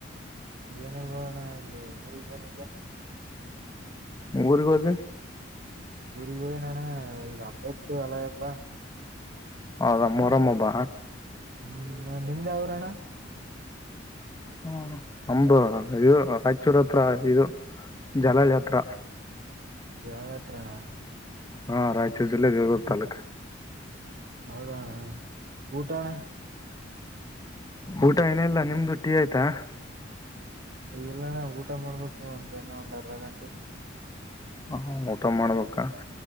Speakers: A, on the right (about 55°); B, on the left (about 20°).
A: ಏನಲ್ವೋ ಅಣ ಇಲ್ಲಿ ಊರಿಗ್ ಬಂದಿದ್ದೆ
B: ಊರಿಗೋದಿ
A: ಊರಿಗೊಗಿನ್ ಅನ ಇದು ಅಬ್ಬ ಇತ್ತು ಅಲಯವಾ
B: ಹೌದಾ ಮೊರಮ ಹಬ್ಬ
A: ಹ್ಮ್ ನಿಮ್ದ ಯಾವ ಊರ ಅಣ್ಣ
B: ಹ ನಮ್ದು ಇದು ರಾಯಚೂರ್ ಹತ್ರ ಇದು ಜಲಜಾತ್ರ
A: ಜನತ್ರಣ
B: ಹಾ ರಾಯಚೂ ಜಿಲ್ಲಾ ವಿಗೋಗ್ ತಾಲೂಕ್
A: ಹೌದಣ್ಣ ಊಟಣ್ಣ
B: ಊಟ ಏನ ಇಲ್ಲ ನಿಮ್ದು ಟೀ ಆಯ್ತಾ
A: ಎಲ್ಲಣ್ಣ ಊಟ ಮಾಡ್ಬೇಕು ಒಂದಿನ ಒಂದ್ ಅರ್ಧ ಗಂಟೆ
B: ಹಾ ಊಟ ಮಾಡ್ಬೇಕಾ